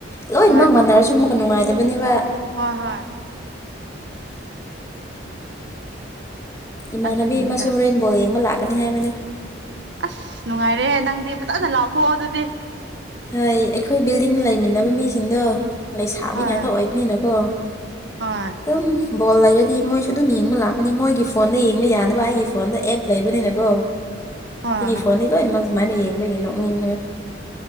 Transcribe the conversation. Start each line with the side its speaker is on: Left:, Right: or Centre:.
Left: ꯂꯣꯏꯅꯃꯛ
Right: ꯍꯣꯏ
Left: ꯃꯥꯟꯅꯔꯁꯨ ꯑꯃꯨꯛꯀ ꯅꯨꯡꯉꯥꯏꯇꯕꯅꯦꯕ
Right: ꯍꯣꯏ ꯍꯣꯏ
Left: ꯏꯃꯥꯟꯅꯕꯤ
Right: ꯑꯗꯨꯒꯤꯅꯤꯗ
Left: ꯑꯃꯁꯨ ꯍꯣꯔꯦꯟ ꯕꯣꯜ ꯌꯦꯡꯕ ꯂꯥꯛꯀꯅꯤ ꯍꯥꯏꯕꯅꯤ
Right: ꯑꯁ ꯅꯨꯡꯉꯥꯏꯔꯦꯍꯦ ꯅꯪꯗꯤ ꯐꯖꯅ ꯂꯥꯎꯊꯣꯛꯑꯣ ꯑꯗꯨꯗꯤ
Left: ꯍꯣꯏ ꯑꯩꯈꯣꯏ ꯕꯤꯜꯗꯤꯡ ꯂꯩꯃꯤꯟꯅꯕ ꯃꯤꯁꯤꯡꯗꯣ ꯂꯩꯁꯥꯕꯤ
Right: ꯍꯣꯏ
Left: ꯉꯥꯛꯇ ꯑꯣꯏꯕꯅꯤꯅꯀꯣ
Right: ꯍꯣꯏ
Left: ꯑꯗꯨꯝ ꯕꯣꯜ ꯂꯩꯔꯗꯤ ꯃꯣꯏꯁꯨ ꯑꯗꯨꯝ ꯌꯦꯡꯕ ꯂꯥꯛꯄꯅꯤ ꯃꯣꯏꯒꯤ ꯐꯣꯟꯗ ꯌꯦꯡꯕ ꯌꯥꯗꯕ ꯑꯩꯒꯤ ꯐꯣꯟꯗ ꯑꯦꯞ ꯂꯩꯕꯅꯤꯅꯀꯣ
Right: ꯍꯣꯏ
Left: ꯑꯩꯒꯤ ꯐꯣꯟꯗꯩ ꯂꯣꯏꯅꯃꯛ ꯁꯨꯃꯥꯏꯅ ꯌꯦꯡꯕꯒꯤ ꯅꯣꯛꯅꯤꯡꯕ